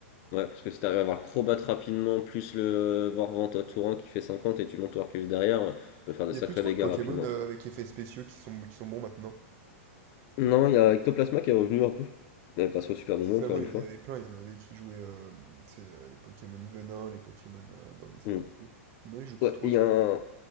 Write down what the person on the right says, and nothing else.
Il n'y
a plus trop
de Pokémon
euh,
avec effets spéciaux qui sont, qui sont bons maintenant.
C'est
avant,
il
y en avait plein, il y en avait qui jouaient euh, tu sais, euh, les Pokémon venin, les Pokémon euh, endormissement
et tout. Maintenant, ils jouent plus
trop
ça,
les gens.